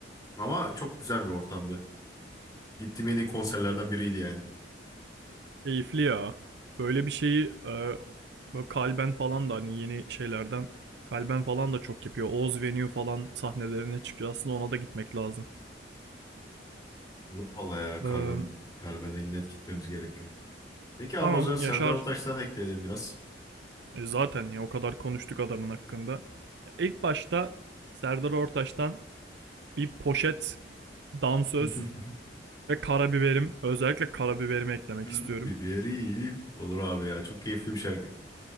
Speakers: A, on the left; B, on the right.
A: Ama çok güzel bir ortamdı. Gittiğim en iyi konserlerden biriydi yani.
B: Keyifli ya. Böyle bir şeyi e, böyle kalben falan da hani yeni şeylerden kalben falan da çok yapıyor. Oz Venue falan sahnelerine çıkıyor. Aslında ona da gitmek lazım.
A: Olur vallahi ya
B: Ee,
A: kalben kalben net gitmemiz gerekiyor. Peki abi
B: tamam
A: o zaman Serdar
B: Yaşar
A: Ortaç'tan ekleyelim biraz.
B: e, zaten ya o kadar konuştuk adamın hakkında. Ya ilk başta Serdar Ortaç'tan bir poşet, dansöz
A: <laughs>
B: ve karabiberim. Özellikle karabiberimi eklemek
A: Kara
B: istiyorum.
A: biberim. Olur abi ya çok keyifli bir şarkı.